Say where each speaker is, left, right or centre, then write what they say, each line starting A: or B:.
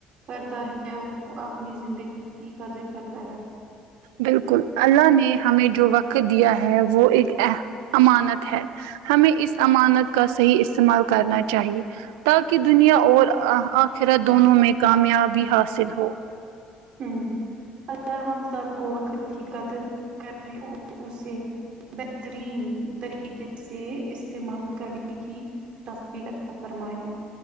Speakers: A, on the right (about 60°); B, on the right (about 80°).
A: کرتا ہے وہ اپنی زندگی کی قدر کرتا ہے
B: بالکل اللہ نے ہمیں جو وقت دیا ہے وہ ایک اہ امانت ہے ہمیں اس امانت کا صحیح استعمال کرنا چاہیے تاکہ دنیا اور آ آخرت دونوں میں کامیابی حاصل ہو
A: ہوں اللہ ہم سب کو وقت کی قدر کریں اور اسے بہترین طریقے سے استعمال کرنے کی توفیق عطا فرمائے